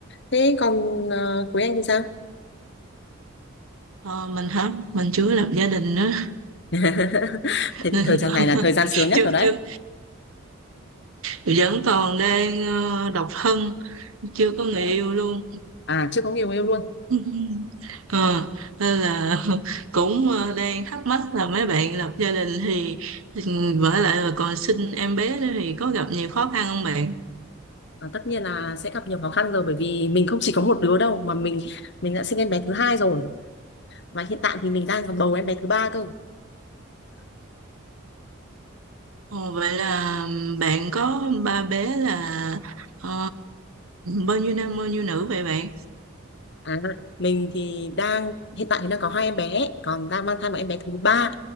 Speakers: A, on the left; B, on the right.
A: Thế còn uh, Quế Anh thì sao?
B: Ờ, mình hả? Mình chưa lập gia đình nữa.
A: <laughs>
B: <laughs>
A: Thế
B: Nên
A: thì thời gian này là thời gian sướng
B: chưa
A: nhất rồi đấy.
B: chưa. Vẫn còn đang ờ, độc thân, chưa có người yêu luôn.
A: À, chưa có người yêu luôn.
B: <laughs> ờ nên là <laughs> cũng ờ, đang thắc mắc là mấy bạn lập gia đình thì ừm, vả lại là còn sinh em bé nữa thì có gặp nhiều khó khăn không bạn?
A: Và tất nhiên là sẽ gặp nhiều khó khăn rồi bởi vì mình không chỉ có một đứa đâu mà mình mình đã sinh em bé thứ hai rồi và hiện tại thì mình đang còn bầu em bé thứ ba cơ
B: Ồ, vậy là bạn có ba bé là ờ, bao nhiêu nam bao nhiêu nữ vậy bạn?
A: à, mình thì đang hiện tại thì đang có hai em bé còn đang mang thai một em bé thứ ba